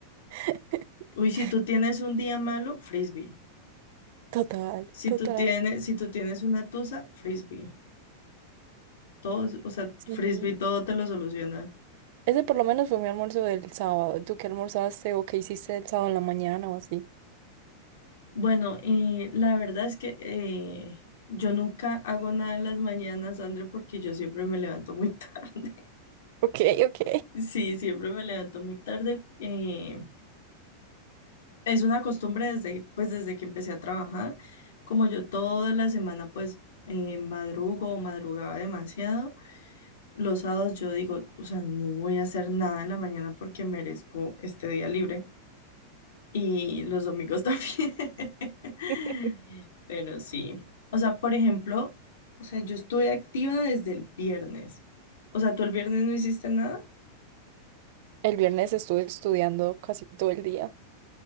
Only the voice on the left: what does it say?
Uy, si tú tienes un día malo, frisbee.
Si
tú tienes, si tú tienes una tusa, frisbee. Todo, o sea,
frisbee todo te lo soluciona.
Bueno, eh, la verdad es que eh, yo nunca hago nada en las mañanas, André, porque yo siempre me levanto muy <laughs> tarde.
Sí, siempre me levanto muy tarde. eh, es una costumbre desde, pues, desde que empecé a trabajar. Como yo toda la semana, pues, eh, madrugo o madrugaba demasiado, los sábados yo digo, o sea, no voy a hacer nada en la mañana porque merezco este día libre. y los domingos también. <laughs>
Pero sí. O sea, por ejemplo, o sea, yo estuve activa desde el viernes. O sea, ¿tú el viernes no hiciste nada?